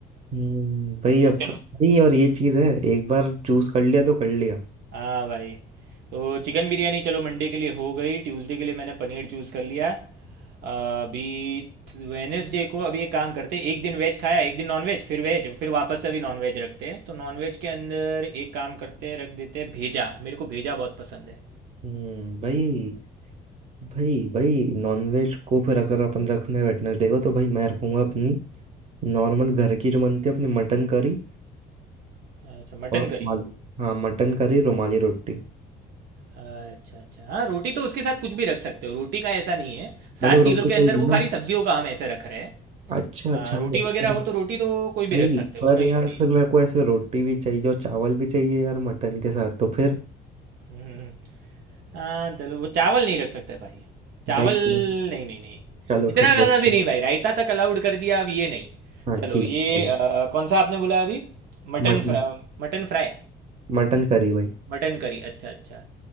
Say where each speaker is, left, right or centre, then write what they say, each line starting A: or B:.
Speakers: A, on the right; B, on the right.
A: हम्म, भाई
B: तो
A: अब
B: चलो
A: भाई और ये चीज़ है एक बार चूज कर लिया तो कर लिया
B: हाँ भाई तो चिकन बिरयानी चलो मंडे के लिए हो गई ट्यूसडे के लिए मैंने पनीर चूज़ कर लिया अ, अभी वेनेसडे को अभी एक काम करते हैं एक दिन वेज खाया एक दिन नॉन वेज फिर वेज फिर वापस से अभी नॉन वेज रखते हैं तो नॉन वेज के अंदर एक काम करते हैं रख देते हैं भेजा मेरे को भेजा बहुत पसंद है
A: हम्म भाई भाई भाई नॉनवेज को फिर अगर अपन रखने वेटनेसडे को तो भाई मैं रखूंगा अपनी नॉर्मल घर की जो बनती है अपनी मटन करी
B: अच्छा मटन
A: और रुमाली
B: करी
A: हाँ मटन करी रुमाली रोटी
B: अच्छा अच्छा हाँ रोटी तो उसके साथ कुछ भी रख सकते हो रोटी का ऐसा नहीं है सात
A: मतलब
B: चीज़ों
A: रोटी
B: के
A: कोई
B: अंदर
A: भी
B: वो
A: ना
B: खाली सब्जियों का हम ऐसे रख रहे हैं
A: अच्छा
B: अ,
A: अच्छा हाँ,
B: रोटी वगैरह
A: पर
B: हो तो रोटी तो कोई
A: भाई
B: भी रख सकते हो
A: पर
B: उसमें इशू
A: यार
B: नहीं है
A: फिर मेरे को ऐसे रोटी भी चाहिए और चावल भी चाहिए यार मटन के साथ तो फिर
B: हम्म। हम्म। हाँ चलो वो चावल नहीं रख सकते भाई चावल
A: भाई चलो
B: नहीं नहीं नहीं
A: चलो
B: इतना
A: फिर
B: ज़्यादा
A: रोटी
B: भी नहीं भाई रायता तक अलाउड कर दिया अब ये नहीं
A: हाँ
B: चलो
A: ठीक
B: ये
A: है, चलो
B: अ, कौन सा आपने बोला अभी मटन
A: मटन
B: फ्रा मटन फ्राई
A: मटन करी भाई
B: मटन करी अच्छा अच्छा